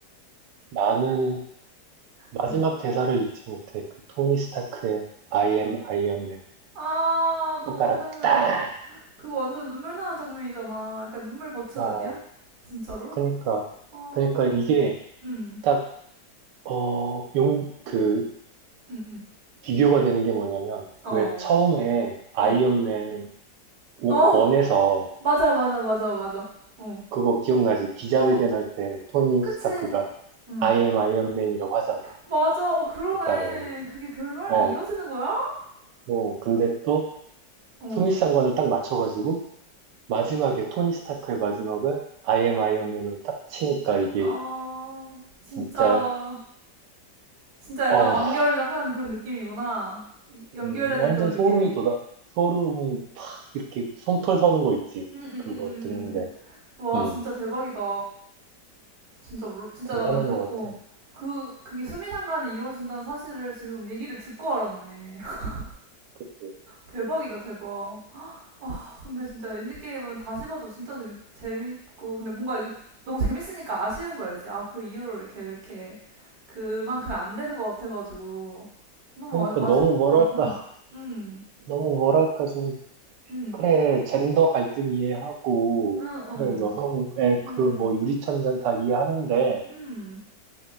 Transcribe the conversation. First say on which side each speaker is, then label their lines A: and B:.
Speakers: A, on the right; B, on the right.
A: 나는 마지막
B: 응.
A: 대사를 잊지 못해. 그 토니 스타크의 I am Iron Man.
B: 아, 너무
A: 손가락
B: 명장면.
A: 딱!
B: 그거 완전 눈물 나는 장면이잖아. 약간 눈물 버튼
A: 어,
B: 아니야? 진짜로?
A: 그니까,
B: 어,
A: 그니까 이게
B: 음,
A: 딱 어, 용, 그,
B: 음,
A: 비교가 되는 게 뭐냐면,
B: 음.
A: 왜
B: 어,
A: 처음에 아이언맨
B: 어,
A: 원-
B: 어,
A: 에서
B: 맞아, 맞아, 맞아, 맞아. 어,
A: 그거 기억나지? 기자회견할
B: 어,
A: 때 토니
B: 그치.
A: 스타크가
B: 음,
A: I am 아이언맨이라고 하잖아.
B: 맞아. 어, 그러네.
A: 대사를.
B: 그게 결말이랑
A: 어,
B: 이어지는 거야?
A: 뭐, 근데 또
B: 어,
A: 수미상관을 딱 맞춰가지고 마지막에 토니 스타크의 마지막을 I am 아이언맨으로 딱 치니까 이게
B: 어, 진짜,
A: 진짜,
B: 진짜 약간
A: 어,
B: 완결한 그런 느낌이구나. 이- 연결되는
A: 음, 완전
B: 그런
A: 소름이
B: 느낌이.
A: 돋아, 소름이 팍 이렇게 솜털 서는 거 있지.
B: 음, 음, 음,
A: 그거
B: 음.
A: 듣는데.
B: 음. 와,
A: 음.
B: 진짜 대박이다. 진짜 몰라. 진짜
A: 대단한
B: 나는 그,
A: 것
B: 어.
A: 같아.
B: 그, 그게 수미상관이 이루어진다는 사실을 지금 얘기를 듣고 알았네. <laughs>
A: 그치.
B: 대박이다, 대박. 아, 근데 진짜 엔드게임은 다시 봐도 진짜 재밌, 재밌고, 근데 뭔가 이게 너무 재밌으니까 아쉬운 거 알지? 아, 그 이후로 이렇게, 이렇게, 그만큼 안 되는 것 같아가지고. 너무
A: 그러니까
B: 아, 아쉽다.
A: 너무 뭐랄까,
B: 응,
A: <laughs>
B: 응,
A: 너무 뭐랄까 좀,
B: 응,
A: 그래, 젠더 갈등 이해하고,
B: 응,
A: 그래,
B: 응,
A: 여성의 그
B: 응,
A: 뭐 유리천장 다 이해하는데,
B: 응.